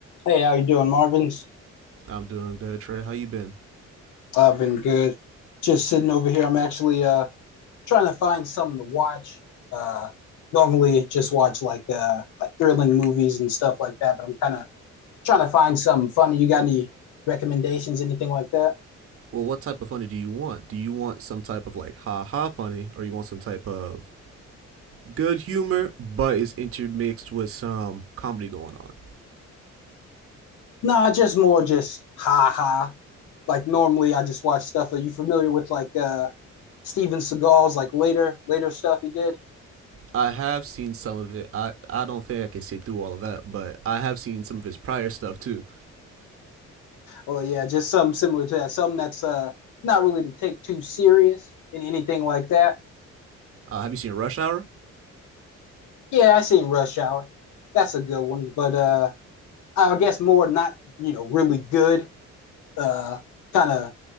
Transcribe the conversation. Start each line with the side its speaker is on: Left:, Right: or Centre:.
Left: Hey, how you doing, Marvin's?
Right: I'm doing good, Trey. How you been?
Left: I've been good. Just sitting over here. I'm actually uh trying to find something to watch. Uh normally just watch like uh like thrilling movies and stuff like that, but I'm kind of trying to find something funny. You got any recommendations, anything like that?
Right: Well, what type of funny do you want? Do you want some type of like ha ha funny, or you want some type of good humor, but it's intermixed with some comedy going on?
Left: No, just more just ha ha. Like normally I just watch stuff. Are you familiar with like uh Steven Seagal's like later later stuff he did?
Right: I have seen some of it. I, I don't think I can sit through all of that, but I have seen some of his prior stuff too.
Left: Oh yeah, just something similar to that. Something that's uh not really to take too serious and anything like that.
Right: Uh, have you seen Rush Hour?
Left: Yeah, I seen Rush Hour. That's a good one, but uh I guess more not you know really good, uh kind of